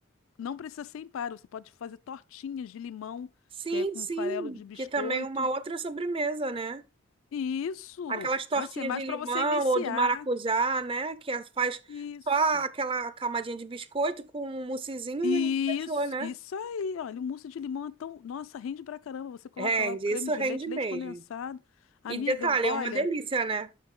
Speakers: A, on the left; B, on the right.
A: não precisa ser empada, você pode fazer tortinhas de limão,
B: sim,
A: que é com
B: sim,
A: farelo de biscoito.
B: que também é uma outra sobremesa, né?
A: Isso,
B: Aquelas tortinhas
A: assim, é mais
B: de limão
A: para você iniciar.
B: ou de maracujá, né? Que as- faz
A: Isso.
B: só aquela camadinha de biscoito com um moussezinho
A: Isso,
B: e fechou, né?
A: isso aí, olha, o mousse de limão é tão, nossa, rende pra caramba. Você coloca
B: Rende,
A: lá o creme
B: isso
A: de
B: rende
A: leite,
B: mesmo.
A: leite condensado. Amiga,
B: E detalhe,
A: olha,
B: é uma delícia, né?